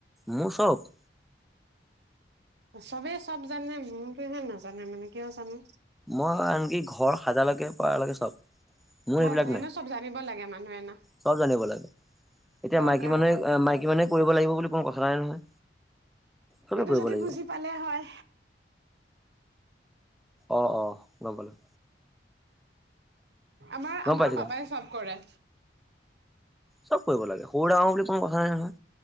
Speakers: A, in the centre; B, on the right (about 70°).
A: মোৰ চব
B: চবেই চব জানে, মোৰতো এহে নাজানে মানে কিয় জানো।
A: মই আনকি ঘৰ সাজালৈকে পাৰালৈকে চব। মোৰ
B: ভাল
A: এইবিলাক
B: ভাল
A: নাই,
B: এনে চব জানিব লাগে মানুহে না
A: চব জানিব লাগে, এতিয়া
B: দৰকাৰ
A: মাইকী মানুহে,
B: হয়
A: মাইকী মানুহে কৰিব লাগিব বুলি কোনো কথা নাই নহয়, চবে
B: এইটো
A: কৰিব
B: যদি
A: লাগিব।
B: বুজি পালে হয়
A: অ', অ', গম পালোঁ।
B: আমাৰ,
A: গম
B: আমাৰ
A: পাইছো গম
B: পাপাই চব কৰে।
A: চব কৰিব লাগে, সৰু, ডাঙৰ বুলি কোনো কথা নাই নহয়।